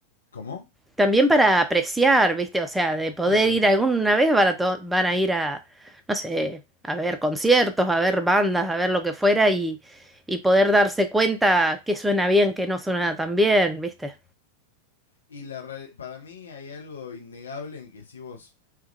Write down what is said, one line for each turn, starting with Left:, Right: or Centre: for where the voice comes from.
Left: ¿Cómo?
Centre: También para apreciar, ¿viste? O sea, de poder
Left: Claro.
Centre: ir alguna vez van a, to- van a ir a, no sé, a ver conciertos, a ver bandas, a ver lo que fuera y, y poder darse cuenta qué suena bien, qué no suena tan bien, ¿viste?
Left: Y la, re- para mí hay algo innegable en que si vos